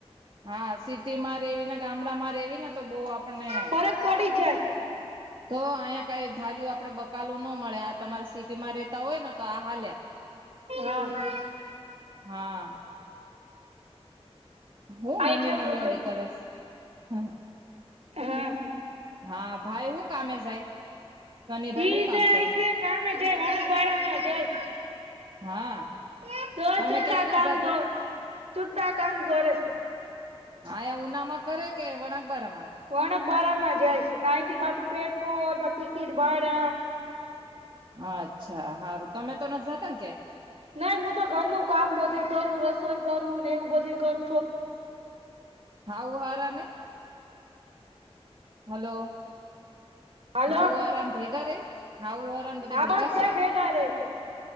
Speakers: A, on the right; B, on the right.
A: હા સિટી માં રેવી ને ગામડામાં રેવી ને તો બહુ આપને
B: ફરક પડી જાય
A: તો અયા કઈ ધારીયું આપડે બકાલું ન મળ્યા આ તમારે સિટીમાં રેતા હોય ને તો આ હાલ્યા
B: હા
A: હા. હું
B: આ
A: મમ્મી
B: છે ને
A: મમ્મી
B: રૂમ
A: ઓલી
B: લઈ
A: કરસ હમ.
B: હા
A: હા ભાઈ હું કામે જાય. શનિભાઈ
B: <unintelligible>
A: હું કામ કરે
B: કામે જાય વણગ <unintelligible> ને જાય.
A: હા.
B: <unintelligible>
A: તમે
B: છુટા
A: ક્યાંય
B: કામ
A: નથી જતા
B: કર છુટ્ટા કામ કરે
A: હા એ ઉનામાં કરે કે વણાકબરામાં
B: વણક બરા માં જાયશ <unintelligible> પાછું પેટ્રોલ ટિકિટ ભાડા
A: હા અચ્છા હારું તમે તો ન જાતા ને ક્યાય
B: નાઈ હું તો ઘર નુ કામ બધું કરું રસોઈ કરુંને એવું બધું કરું છો
A: હાહુ હાહરાને હલો
B: હાલો
A: હાઉ હાહરાન ભેગા રે હાઉ <unintelligible> બધા
B: હા
A: ભેગા સે
B: ભેગા રહી